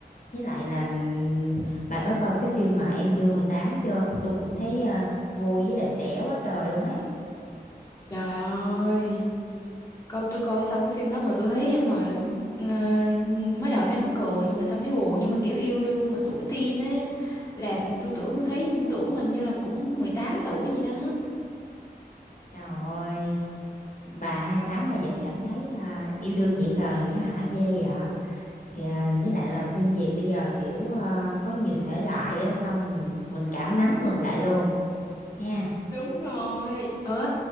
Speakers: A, on the left; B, on the left.
A: Với lại là ừm, bà có coi cái phim mà Em chưa 18 chưa? Tôi cũng thấy à, vui với lại trẻ quá trời luôn ấy.
B: trời ơi coi tôi coi xong cái phim đó mà tôi thấy mà mắc ờ, mới đầu thấy mắc cười nhưng mà xong thấy buồn nhưng mà kiểu yêu đương mà tuổi teen á làm tôi tưởng tôi thấy tưởng mình như là cũng mười tám tuổi gì đó
A: Trời ơi, bà hai tám mà vẫn cảm thấy à, yêu đương dễ khờ dễ hả ghê vậy. Kìa, với lại là phim Việt bây giờ kiểu à, có nhiều thể loại á, xong mình mình cảm nắng ngược lại luôn ha.
B: Đúng rồi. Ờ,